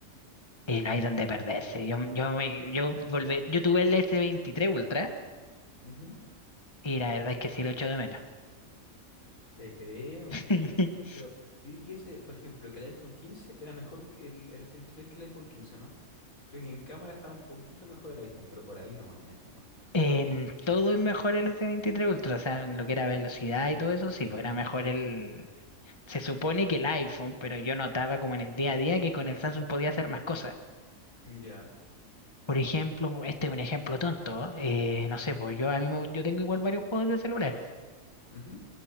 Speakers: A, on the left; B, on the left.
A: eh, no hay donde perderse. Yo, yo, me, yo, volvé yo tuve el S23 Ultra
B: Ujú,
A: y la verdad es que sí lo echo de menos.
B: Te creo.
A: <laughs>
B: Pero yo vi que ese, por ejemplo, que el iPhone 15 era mejor que el, el S23 que el iPhone 15, ¿no? Creo que en cámara está un poquito mejor el iPhone, pero por ahí nomás más encima.
A: En todo es mejor el S23 Ultra, o sea, en lo que era velocidad y todo eso, sí, pues era mejor el... Se supone que el iPhone, pero yo notaba como en el día a día que con el Samsung podía hacer más cosas.
B: Ya.
A: Por ejemplo, este es un ejemplo tonto, ¿eh? Eh, no sé, pues yo a mí me- yo tengo igual varios juegos de celular.
B: Ujú,